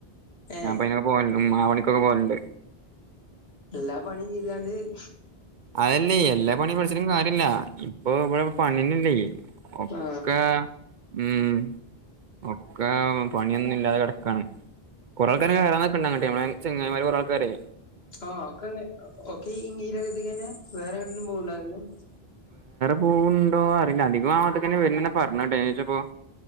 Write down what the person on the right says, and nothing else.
ഞാൻ ഇപ്പൊഅയ്നൊക്കെ പോവല്ണ്ട് ഉം ആ പണിക്കൊക്കെ പോവല്ണ്ട്
അതല്ലേയ് എല്ലാ പണി പഠിച്ചിട്ടും കാര്യല്ലാ ഇപ്പൊ ഇബടെ പണിന്നെല്ലേയ് ഒക്കെ
ഉം ഒക്കെ പണിയൊന്നും ഇല്ലാതെ കിടക്കാണ് കുറൾക്കാര് കയറാൻ നിക്ക്ണ്ട് അങ്ങട്ട് ചങ്ങയ്മാര് കൊറേആള്ക്കാരെയ്‌
പോവ്‌ണ്ടോ അറില്ല അധികം ആ ഭാഗത്ത്‌ കെന്നെ വരുന്നത് എന്നാ പറഞ്ഞെ <unintelligible>